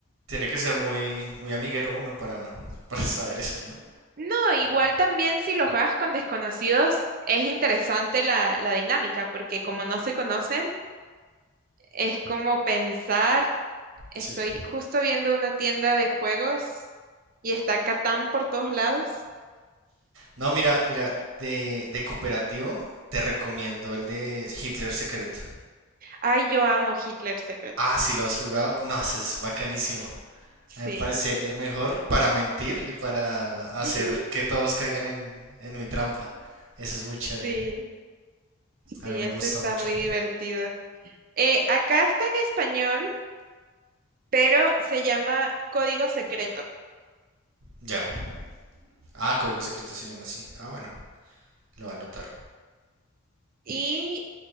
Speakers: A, on the right (about 65°); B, on the right (about 40°).
A: Tiene que ser muy, muy amiguero uno para, <laughs> para saber eso, ¿no?
B: No, igual también si lo juegas con desconocidos, es interesante la, la dinámica porque como no se conocen Es como pensar, estoy
A: sí.
B: justo viendo una tienda de juegos y está Catán por todos lados.
A: No, mira, mira, de, de cooperativo te recomiendo el de Hitler Secreto.
B: Ay, yo amo Hitler Secret.
A: Ah, si lo has jugado, no, ese es bacanísimo. A
B: Sí,
A: mí me parece el mejor para mentir y para hacer
B: <laughs>
A: que todos caigan en, en mi trampa. Eso es muy chévere.
B: sí, sí,
A: A mí me
B: ese
A: gusta
B: está
A: mucho.
B: muy divertido. Eh, acá está en español, pero se llama Código Secreto.
A: Ya. Ah, Código Secreto se llama así. Ah, bueno, lo va a anotar.
B: Y